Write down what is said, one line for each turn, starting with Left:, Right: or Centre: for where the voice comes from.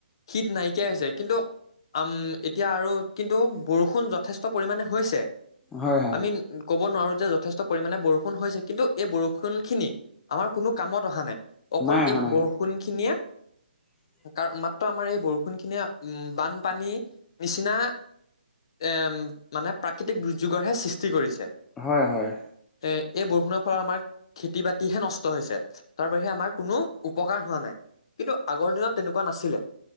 Left: শীত নাইকিয়া হৈছে কিন্তু আম এতিয়া আৰু কিন্তু বৰষুণ যথেষ্ট পৰিমামানে হৈছে।
Centre: হয় হয়
Left: আমি ক'ব নোৱাৰো যে যথেষ্ট পৰিমাণে বৰষুণ হৈছে কিন্তু এই বৰষুণখিনি আমাৰ কোনো কামত অহা নাই অকল
Centre: নাই অহা
Left: এই
Centre: নাই
Left: বৰষুণ খিনিয়ে
Centre: <unintelligible>
Left: কাৰ মাত্ৰ আমাৰ এই বৰষুণ খিনিয়ে উম বানপানীৰ নিচিনা এম মানে প্ৰাকৃতিক দুৰ্যোগৰ হে সৃষ্টি কৰিছে।
Centre: হয় হয়।
Left: এ এই বৰষুণৰ ফলত আমাৰ খেতি বাতিহে নষ্ট হৈছে তাৰ বাহিৰে আমাৰ কোনো উপ। পকাৰ হোৱা নাই কিন্তু আগৰ দিনত তেনেকুৱা নাছিলে